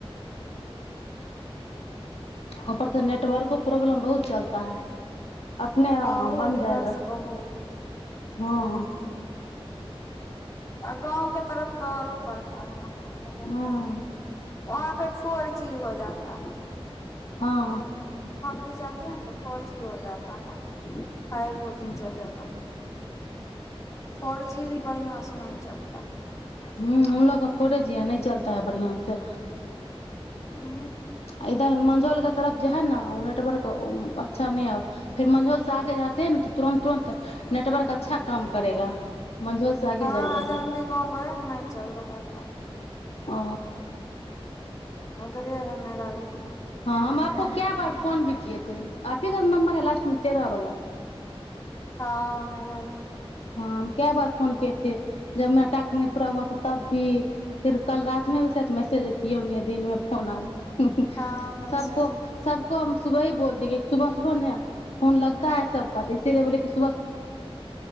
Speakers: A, on the left; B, on the left.
A: ऊपरसे नेटवर्को प्रॉब्लम बहुत चलता है अपने आ,
B: बहुत
A: बन जाएगा
B: इधरसँ बहुत
A: हाँ
B: आ गाँव के तरफ तऽ आओरो पड़ता है न अखैन नै
A: हाँ
B: ये <unintelligible> वहाँ पे फोर जी हो जाता है
A: हँ
B: जाये है न तऽ फोर जी हो जाता है फाइबोजी
A: हाँ
B: चलेगा फोर जी भी बढ़ियां से नहि चलता है
A: हूँ हमलोग के फोरे जी है नहि चलता है बढ़ियां से
B: उंह
A: आ इधर मंझौल के तरफ जो है न उ नेटवर्क अच्छा नहि है फिर मंझौल से आगे जाते है नऽ तुरन्त तुरन्त नेटवर्क अच्छा काम करेगा मंझौल से आगे
B: हँ
A: जाएंगे
B: आज हम
A: तो
B: भी गाँव गए न नहि चल रहा था
A: ओ
B: हँ तऽ वहि है मेरा भी
A: हाँ हम आपको कै बार फोन भी किए थे आपही का न नंबर है लास्टमे तेरह वला
B: हँ मेरा ही है
A: हँ हम कै बार फोन किये थे जब मेरा टास्क नहि पूरा हुआ था तब भी फेर कल रात मे भी शायद मैसेज किये होंगे दिनमे फोन आर हूं हूं
B: हाँ मैसेज
A: सबको सबको हम सुबहि बोल दिए कि सुबह सुबह ने फोन लगता है सबका तऽ इसीलिए बोले कि सुबह सुबह